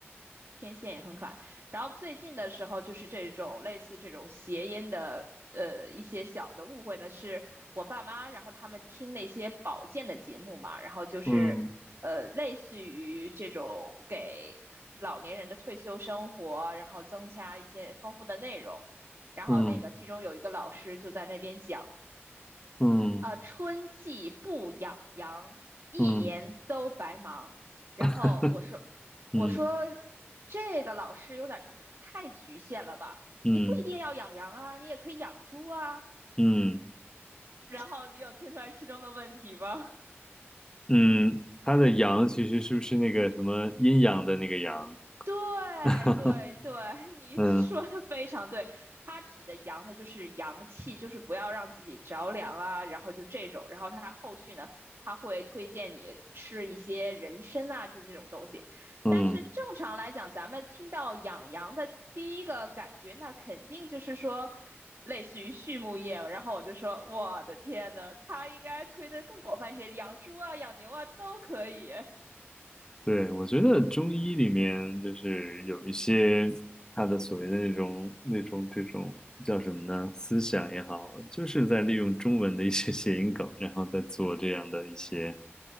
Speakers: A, on the right; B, on the left.
A: 天线也很可爱。然后最近的时候，就是这种类似这种谐音的，呃，一些小的误会呢，是我爸妈，然后他们听那些保健的节目嘛，然后就是，
B: 嗯
A: 呃，类似于这种给老年人的退休生活，然后增加一些丰富的内容。然后那个其中有一个老师就在那边讲
B: 嗯嗯
A: 啊，春季不养羊，一年都白忙。
B: 嗯
A: 然后我说，
B: <laughs> 嗯
A: 我说这个老师有点太局限了吧？
B: 嗯
A: 你不一定要养羊啊，你也可以养猪啊。
B: 嗯
A: 然后你有听出来其中的问题吗？
B: 嗯，他的阳其实是不是那个什么阴阳的那个阳？
A: 对
B: <laughs>
A: 对对，<laughs> 你说的非常对。
B: 嗯
A: 它指的阳呢，就是阳气，就是不要让自己着凉啊，然后就这种。然后它后续呢，它会推荐你吃一些人参啊，就是这种东西。
B: 嗯
A: 但是正常来讲，咱们听到养羊的第一个感觉，那肯定就是说类似于畜牧业。然后我就说，我的天呐，它应该推的更广泛一些，养猪啊、养牛啊都可以。
B: 对，我觉得中医里面就是有一些他的所谓的那种那种这种叫什么呢？思想也好，就是在利用中文的一些 <laughs> 谐音梗，然后再做这样的一些